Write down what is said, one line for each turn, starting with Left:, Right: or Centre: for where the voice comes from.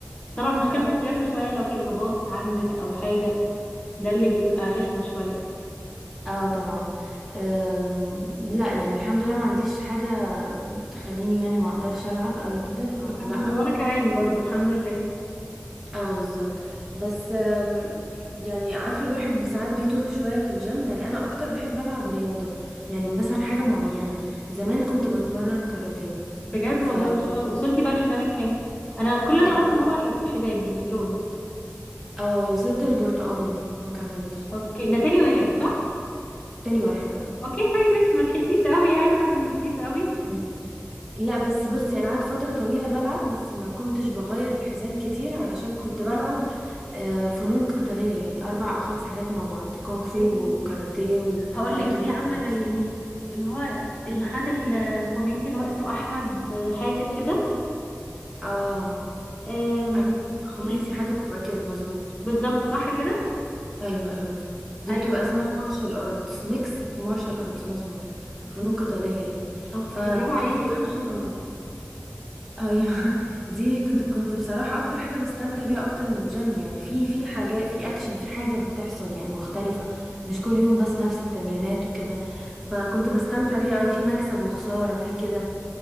Left: طبعا مشكلة
Centre: اه
Left: الجيم شوية لو في اصابات عندك او حاجة ده اللي بيبقى رخمة شوية
Centre: اه طبعا أم لا يعني الحمد لله ما عنديش حاجة تخليني يعني ما اقدرش العب قوي كده فلا
Left: الحمد لله وانا كمان برضو الحمد لله
Centre: اه بالظبط بس آم، يعني عارفه الواحد بساعات بيتوه شويه في الجيم يعني انا اكتر بحب العب رياضه يعني مثلا حاجه معينه زمان كنت بتمرن كاراتيه
Left: بجد
Centre: ف
Left: والله ان شاء الله وصلتي بقى لحزامك كام انا كل اللي انا
Centre: ال-
Left: اعرفه ان هو الحزام يعني اللون
Centre: اه وصلت البرتقاني ما كملتش
Left: اوكي ده تاني واحد صح
Centre: تاني واحد اه
Left: اوكي طيب ماشي ملحقتيش قوي يعني ما كملتيش قوي
Centre: مم. لا بس بصي انا قعدت فتره طويله بلعب بس ما كنتش بغير الحزام كتير علشان كنت بلعب آه، فنون قتاليه يعني اربع او خمس حاجات مع بعض كونغ
Left: اوكي
Centre: فو وكاراتيه
Left: هقول
Centre: وايكيدو
Left: لك دي عامله
Centre: بوكسينج.
Left: زي مين اللي هو اللي خد الخماسي اللي هو اسمه احمد حاجه كده
Centre: اه
Left: أم،
Centre: أي- خماسي
Left: ال-
Centre: حاجه بتبقى كده مظبوط
Left: بالظبط صح كده
Centre: ايوه ايوه مظبوط دي
Left: ايوه
Centre: بتبقى اسمها مارشال ارتس ميكس مارشال ارتس مظبوط فنون قتاليه يعني
Left: اوكي
Centre: فكنت
Left: برافو عليكي
Centre: بعمل
Left: شطوره
Centre: حاجه ايوه <laughs> دي كنت كنت بصراحة اكتر حاجة بستمتع بيها اكتر من الجيم يعني في في حاجات في اكشن في حاجة بتحصل يعني مختلفة مش كل يوم بس نفس التمرينات وكده فكنت بستمتع بيها قوي في مكسب وخسارة في كده